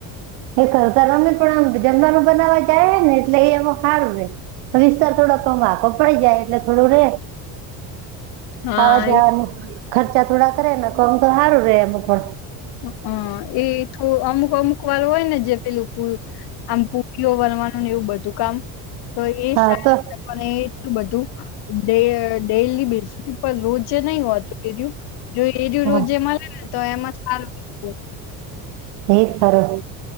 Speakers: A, on the right (about 80°); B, on the left (about 65°).
A: એ કરતાના આપ જમવાનું બનાવા જાય ને એટલે એ એમાં સારું રે, વિસ્તાર થોડો કમાકો પડી જાય એટલે થોડું રે.
B: હા
A: આવા જવાનું.
B: એ
A: ખર્ચા થોડા કરે ને કમ તો સારું રે એમ પણ.
B: હ એ થું અમુક અમુક વાર હોય ને જે પેલું પ આમ પુરીઓ બનવા. એવુ બધું. ધું કામ તો એ
A: હા
B: સારું
A: તો
B: એટલું બધું ડ ડેલી બેસીસ ઉપ રોજ નહી હોતું એ. જો એજ
A: હા
B: રોજ જે મળે ને તો એમાં બ <unintelligible>
A: એક તરફ